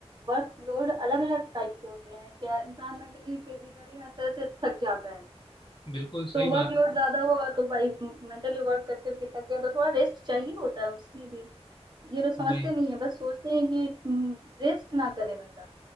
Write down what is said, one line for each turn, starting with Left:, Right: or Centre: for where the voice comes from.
Right: वर्क लोड अलग अलग टाइप के होते हैं क्या इंसान मेंटली फिजिकली हर तरह से थक जाता है
Left: बिल्कुल सही
Right: तो वर्क
Left: बात
Right: लोड ज्यादा हुआ तो भाई मेंटली वर्क कर करके थक गया तो थोड़ा रेस्ट चाहिए होता है उसमें भी ये लोग समझते
Left: है वही
Right: नहीं है बस सोचते हैं कि रेस्ट ना करे बंदा